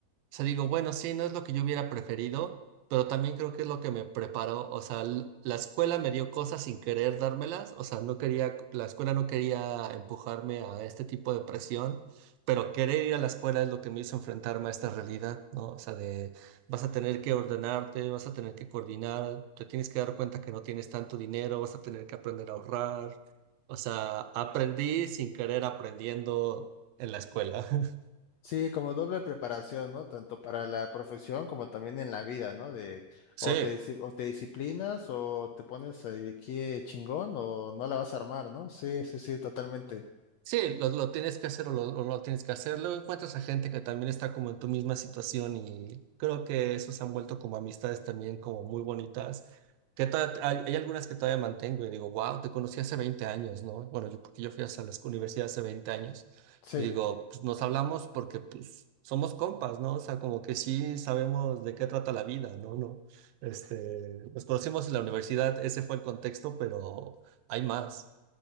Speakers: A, on the right; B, on the left.
A: sea, digo, bueno, sí, no es lo que yo hubiera preferido, pero también creo que es lo que me preparó. O sea, l- la escuela me dio cosas sin querer dármelas. O sea, no quería, la escuela no quería empujarme a este tipo de presión, pero querer ir a la escuela es lo que me hizo enfrentarme a esta realidad, ¿no? O sea, de vas a tener que ordenarte, vas a tener que coordinar, te tienes que dar cuenta que no tienes tanto dinero, vas a tener que aprender a ahorrar. O sea, aprendí sin querer aprendiendo en la escuela. <laughs>
B: Sí, como doble preparación, ¿no? Tanto para la profesión como también en la vida, ¿no? De
A: Sí.
B: o te, disci- o te disciplinas o te pones ahí aquí chingón o no la vas a armar, ¿no? Sí, sí, sí, totalmente.
A: Sí, lo, lo tienes que hacer o, lo, o no tienes que hacer. Luego encuentras a gente que también está como en tu misma situación y creo que eso se han vuelto como amistades también como muy bonitas. Que ta- hay, hay algunas que todavía mantengo y digo, wow, te conocí hace veinte años, ¿no? Bueno, yo porque yo fui hasta la universidad hace 20 años
B: Sí,
A: y digo, pues nos hablamos porque pues somos compas, ¿no? O sea, como que sí sabemos de qué trata la vida, ¿no? No, este, nos conocimos en la universidad, ese fue el contexto, pero hay más.